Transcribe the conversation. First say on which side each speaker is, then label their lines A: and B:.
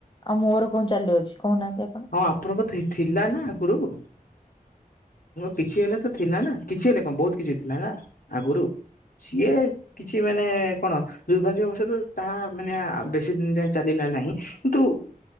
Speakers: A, on the left (about 30°); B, on the left (about 70°).
A: ଆଉ ମୋର କଣ ଚାଲୁଅଛି କହୁନାହାନ୍ତି ଆପଣ
B: ହଁ ଆପଣଙ୍କ ଥିଲା ନା ଆଗରୁ କିଛି ହେଲେ ତ ଥିଲା ନା କିଛି ହେଲେ କଣ ବହୁତ କିଛି ଥିଲା ନା ଆଗରୁ ସିଏ କିଛି ମାନେ କଣ ଦୁର୍ଭାଗ୍ୟ ବଶତଃ ତାଆ ମାନେ ବେଶୀ ଦିନ ଯାଏ ଚାଲିଲା ନାହିଁ କିନ୍ତୁ